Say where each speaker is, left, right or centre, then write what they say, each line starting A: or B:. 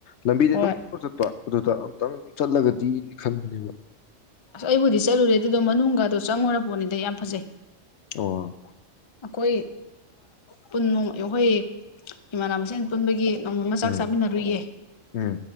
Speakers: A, on the left; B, on the left.
A: ꯂꯝꯕꯤꯗ
B: ꯍꯣꯏ
A: ꯑꯗꯨꯝ ꯆꯠꯄꯣ ꯑꯗꯨꯗ ꯑꯨꯛꯇꯪ ꯆꯠꯂꯒꯗꯤ ꯈꯟꯕꯅꯦꯕ
B: ꯑꯁ ꯑꯩꯕꯨꯗꯤ ꯆꯠꯂꯨꯔꯦ ꯑꯗꯨꯗꯣ ꯃꯅꯨꯡꯒꯗꯣ ꯆꯪꯉꯨꯔ ꯄꯣꯠꯅꯤꯗ ꯌꯥꯝ ꯐꯖꯩ
A: ꯑꯣ
B: ꯑꯩꯈꯣꯏ ꯄꯨ ꯑꯩꯈꯣꯏ ꯏꯃꯥꯟꯅꯕꯁꯦꯜ ꯄꯨꯟꯕꯒꯤ ꯑꯃ ꯆꯥꯛ
A: ꯎꯝ
B: ꯆꯥꯃꯤꯟꯅꯔꯨꯏꯌꯦ
A: ꯎꯝ